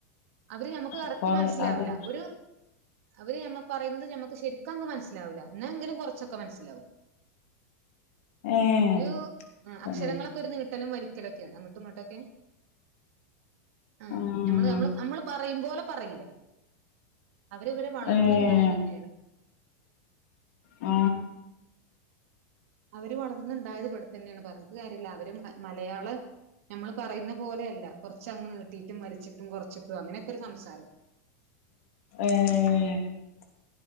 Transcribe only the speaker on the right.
അവര് നമുക്ക് കറക്റ്റ്
മനസ്സിലാവില്ല
ഒരു അവര് ഞമ്മ പറയുന്നത് ഞമ്മക്ക് ശരിക്കും അങ്ങ് മനസ്സിലാവൂല്ല എന്നേങ്കിലും കുറച്ചൊക്കെ മനസ്സിലാവും.
ഒരൂ ആഅ
ക്ഷരങ്ങളൊക്കെ ന്നീ ത്തലും വരിക്കലൊക്കെയാണ് അങ്ങോട്ടും ഇങ്ങോട്ടൊക്കെ. ആ
ഞമ്മള് ഞമ്മള് നമ്മള് പ റയുമ്പോലെ പറയില്ല. അവരവര് വളർന്നുണ്ടായതന്നെയാണ്.
അവര് വളർന്നുണ്ടായത് ഇവിടെതന്നെയാണ് പറഞ്ഞിട്ട് കാര്യല്ല അവര് മ മലയാളം ഞമ്മള് പറയുന്ന പോലെയല്ല കൊറച്ചങ്ങ് നീട്ടിട്ടും വലിച്ചിട്ടും കൊറച്ചിട്ടും അങ്ങനെക്കെ ഒരു സംസാരം.